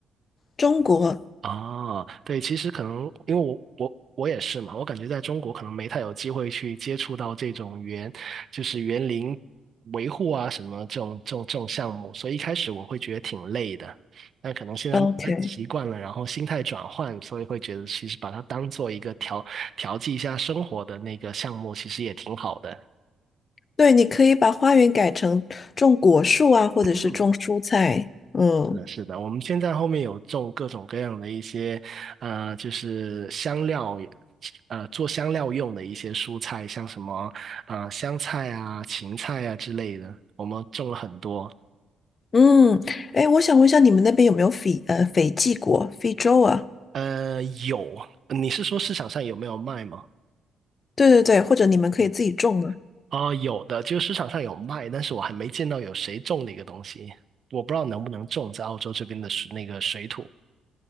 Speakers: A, on the left; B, on the right.
A: 中国
B: 哦，对，其实可能因为我我我也是嘛，我感觉在中国可能没太有机会去接触到这种园，就是园林维护啊什么这种这种这种项目，所以一开始我会觉得挺累的，但可能现在慢慢习惯了，
A: ，OK。
B: 然后心态转换，所以会觉得其实把它当做一个调调剂一下生活的那个项目，其实也挺好的。
A: 对，你可以把花园改成种果树啊，或者是种蔬菜。
B: 嗯
A: 嗯
B: 是的，是的，我们现在后面有种各种各样的一些，呃，就是香料也呃，做香料用的一些蔬菜，像什么，啊，香菜啊、芹菜啊之类的，我们种了很多。
A: 嗯，哎，我想问一下，你们那边有没有斐呃斐济果、非洲啊？
B: 呃，有，你是说市场上有没有卖吗？
A: 对对对，或者你们可以自己种呢？
B: 嗯，哦，有的，就是市场上有卖，但是我还没见到有谁种那个东西，我不知道能不能种在澳洲这边的水那个水土。